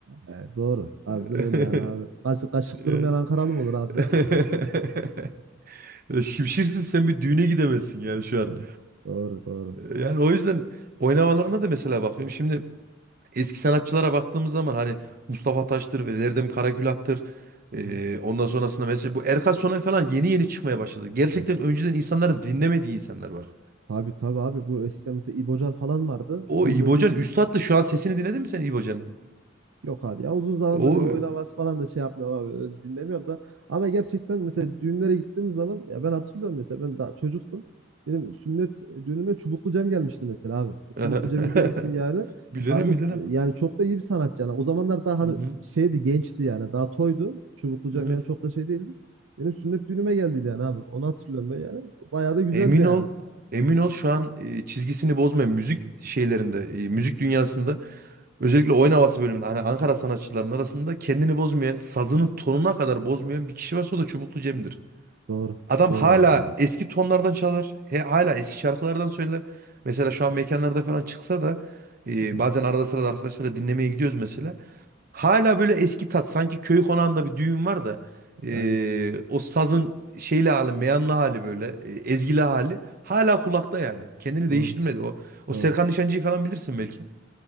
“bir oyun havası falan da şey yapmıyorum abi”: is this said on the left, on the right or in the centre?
Right